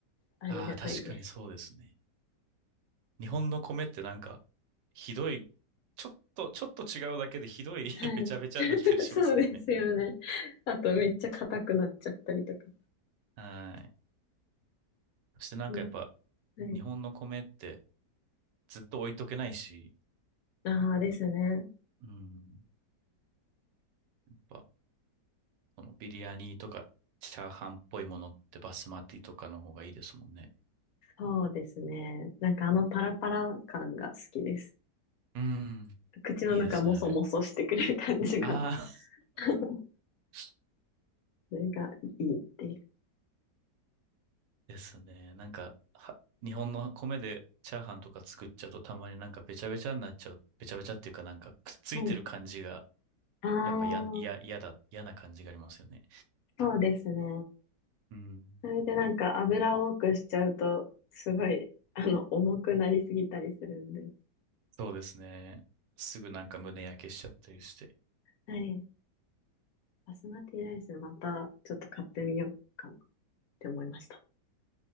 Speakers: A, on the left (about 70°); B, on the right (about 85°).
A: ありがたいです。
B: ああ、確かにそうですね。日本の米ってなんか、ひどい、ちょっと、ちょっと違うだけでひどい <laughs>
A: はい。
B: べちゃべちゃになったりしますもんね。
A: <laughs> そうですよね。あと、めっちゃ硬くなっちゃったりとか。
B: はい。そしてなんかやっぱ、
A: はい。はい。
B: 日本の米ってずっと置いとけないし、
A: ああですね。
B: うん。ぱ、このビリヤニとか、チャーハンっぽいものってバスマティとかの方がいいですもんね。
A: そうですね。なんかあのパラパラ感が好きです。
B: うん。
A: 口の中もそもそしてくれる感じが。
B: いいですね、あれ。ああ、
A: <laughs>
B: <laughs>
A: それがいいっていう。
B: ですね。なんか、は日本の米でチャーハンとか作っちゃうとたまになんかべちゃべちゃになっちゃう。べちゃべちゃっていうかなんかくっついてる感じが、
A: はい。ああ、
B: やっぱや、や、嫌だ、嫌な感じがありますよね。
A: そうですね。
B: うん。
A: それでなんか油を多くしちゃうと、すごい、あの、重くなりすぎたりするんで。
B: そうですね。すぐなんか胸焼けしちゃったりして。
A: はい。バスマティライスまたちょっと買ってみようかなって思いました。